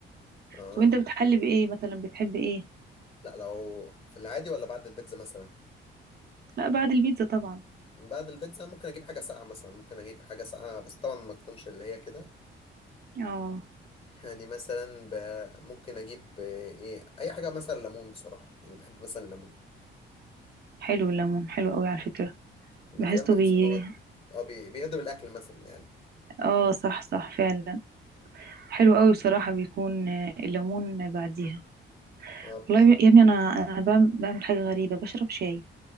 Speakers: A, on the left; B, on the right.
A: اه
B: طب انت بتحلي بايه مثلا بتحب ايه
A: لا لو في العادي ولا بعد البيتزا مثلا
B: لا بعد البيتزا طبعا
A: بعد البيتزا ممكن اجيب حاجه ساقعه مثلا ممكن اجيب حاجه ساقعه بس طبعا ما تكونش اللي هي كده
B: اه
A: يعني مثلا ب... ممكن اجيب آه، ايه اي حاجه مثلا ليمون بصراحه يعني بحب مثلا الليمون
B: حلو الليمون حلو قوي على فكرة
A: يعني
B: بحسه
A: فاهم بحس
B: بي
A: ان هو اه بي... بيهضم الاكل مثلا يعني
B: اه صح صح فعلا حلو قوي بصراحة بيكون آه، الليمون بعديها
A: اه بالظبط
B: والله يا ابني انا انا بعمل بعمل حاجة غريبة بشرب شاي